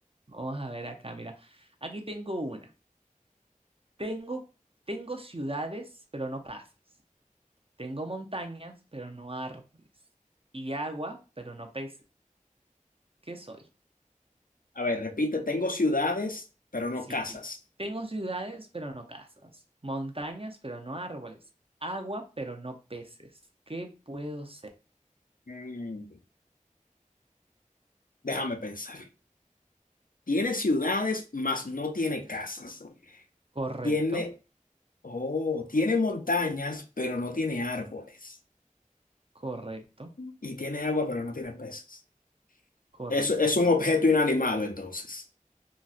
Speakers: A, on the right; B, on the left.
A: vamos a ver acá, mira. Aquí tengo una. Tengo, tengo ciudades, pero no casas. Tengo montañas, pero no árboles. Y agua, pero no peces. ¿Qué soy?
B: A ver, repite, tengo ciudades, pero no
A: Sí.
B: casas.
A: Tengo ciudades, pero no casas. Montañas, pero no árboles. Agua, pero no peces. ¿Qué puedo ser?
B: Mm, déjame pensar. Tiene ciudades, mas no tiene casas.
A: Correcto,
B: Tiene, oh, tiene montañas, pero no tiene árboles.
A: correcto,
B: Y tiene agua, pero no tiene peces.
A: correcto,
B: Eso es
A: correcto.
B: un objeto inanimado, entonces.